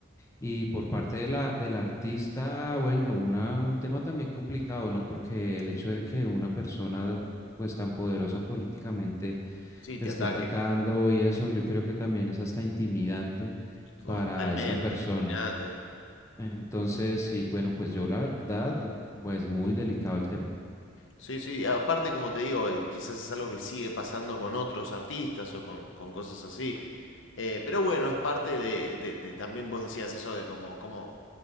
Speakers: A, on the left (about 15°); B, on the left (about 70°).
A: Y por parte de la, del artista, bueno, una, un tema también complicado, ¿no? Porque el hecho de que una persona pues tan poderosa políticamente
B: Sí,
A: te
B: te
A: esté
B: ataque
A: atacando y eso, yo creo que también es hasta intimidante
B: totalmente,
A: para esta persona.
B: imagínate.
A: Entonces, sí, bueno, pues yo la verdad, pues muy delicado el tema.
B: Sí, sí, aparte como te digo, eh, quizás es algo que sigue pasando con otros artistas o con, con cosas así. Eh, pero bueno, es parte de, de- de- también vos decías eso de como, como